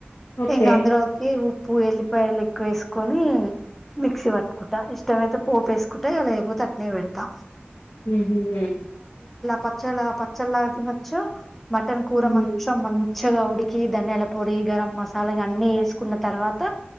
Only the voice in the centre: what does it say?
ఇంగ అందరు వొచ్చి ఉప్. ఉప్పు ఎల్లిపాయలు ఎక్కువ వేసుకోని. మిక్స పట్టుకుంటా ఇష్టమైతే పోపేసుకుంటా, ఇగ లేపోతే అట్నే వెడతా.
పచ్చళ పచ్చళ్ళ గ తినొచ్చు, మటన్ కూర
మంచం మన్. మంచిగా ఉడికి ధనియాల పొడి, గరం మసాలా, ఇగ అన్నీ ఎసుకున్న తర్వాత.